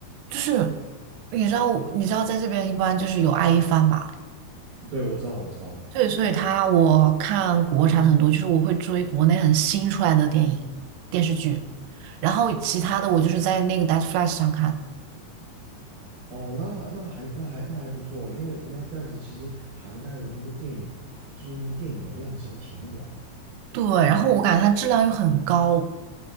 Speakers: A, on the right (about 85°); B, on the right (about 65°).
A: 就是你知道我你知道在这边一般就是有爱一番吧。
B: 对，我知道，我知道的。
A: 对，所以他我看国产的很多，就是我会追国内很新出来的电影、电视剧，然后其他的我就是在那个 n e t f l s x 上看。
B: 哦，那那还那还那还不错，因为 Netflix 其实涵盖的那个电影，就是那个电影的量其实挺广的。
A: 对，然后我感觉它质量又很高。